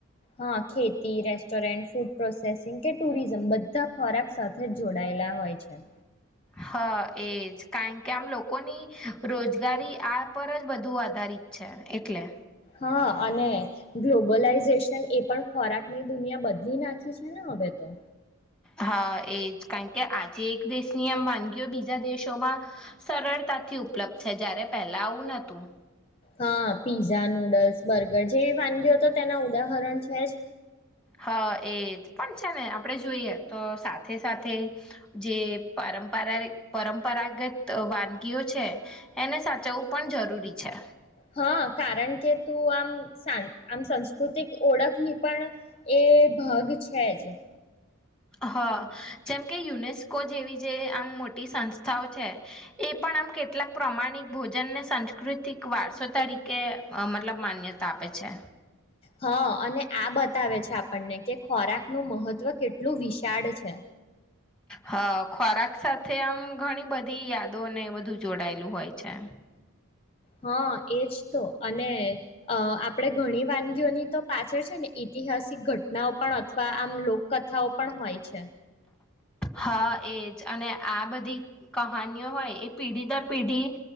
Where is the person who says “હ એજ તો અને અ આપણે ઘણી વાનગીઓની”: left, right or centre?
Left